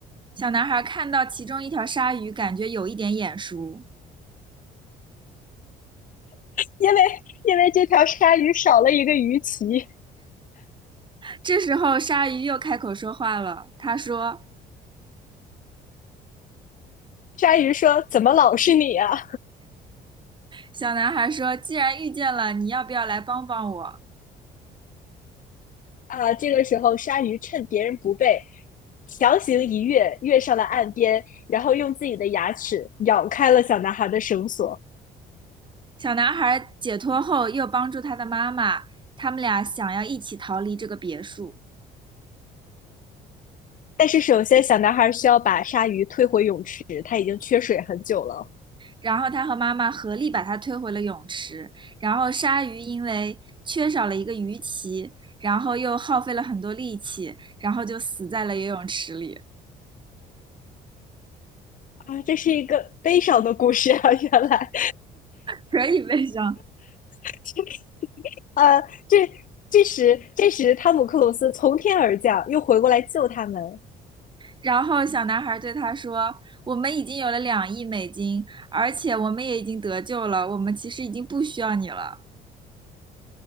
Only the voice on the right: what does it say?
小男孩看到其中一条鲨鱼，感觉有一点眼熟。
这时候，鲨鱼又开口说话了。他说：
“小男孩说，既然遇见了，你要不要来帮帮我？”
小男孩解脱后，又帮助他的妈妈，他们俩想要一起逃离这个别墅。
然后他和妈妈合力把他推回了泳池。然后鲨鱼因为缺少了一个鱼鳍，然后又耗费了很多力气，然后就死在了游泳池里，
可以悲伤。
然后小男孩对他说：“我们已经有了两亿美金，而且我们也已经得救了，我们其实已经不需要你了。”